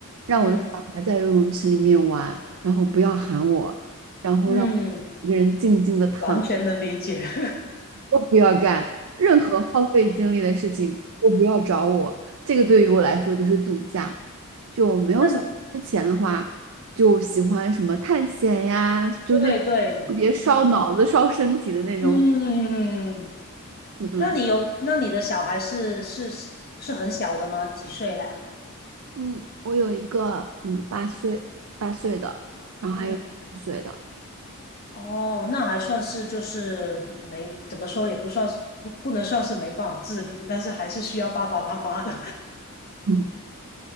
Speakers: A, on the right; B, on the left.
A: 让我的小孩在游泳池里面玩，
B: 嗯
A: 然后不要喊我，然后让我一个人静静的躺，
B: 嗯，完全能理解。<laughs>
A: 都不要干任何耗费精力的事情，都不要找我。这个对于我来说就是度假。就没有小孩之前的话，
B: 那嗯，
A: 就喜欢什么探险呀，就那特别烧脑子、
B: 对对，嗯
A: 烧身体的那种。
B: 嗯，
A: 嗯嗯，
B: 那你有，那你的小孩是是是很小的吗？几岁了呀？
A: 嗯，我有一个嗯八岁八岁的，然后还有五岁的。
B: 嗯。哦，那还算是就是没怎么说，也不算是不不能算是没办法自理，但是还是需要爸爸妈妈的。
A: 嗯，